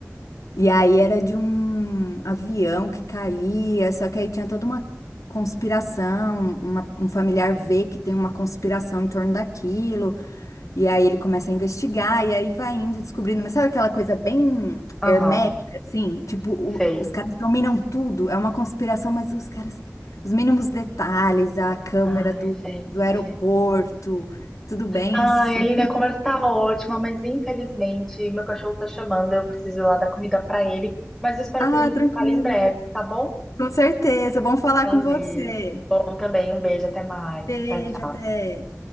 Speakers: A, on the left (about 90°); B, in the centre.
A: E aí era de um avião que caía, só que aí tinha toda uma conspiração, uma- um familiar
B: gente.
A: vê que tem uma conspiração em torno daquilo, e aí ele começa a investigar, e aí vai indo descobrindo, mas sabe aquela coisa bem hermética,
B: Aham,
A: assim? Tipo, o-
B: sei.
A: os caras dominam tudo, é uma conspiração, mas os caras, os mínimos detalhes, a câmera
B: Ai,
A: do,
B: gente.
A: do aeroporto, tudo bem
B: Ai,
A: assim.
B: Aline, a conversa tá ótima, mas infelizmente meu cachorro tá chamando, eu preciso ir lá dar comida pra ele. Mas eu espero
A: Ah,
B: que a gente
A: tranquilo.
B: fale em breve, tá bom?
A: Com certeza, bom falar
B: Valeu.
A: com você.
B: Bom também, um beijo, até mais.
A: Beijo,
B: Tchau, tchau.
A: até.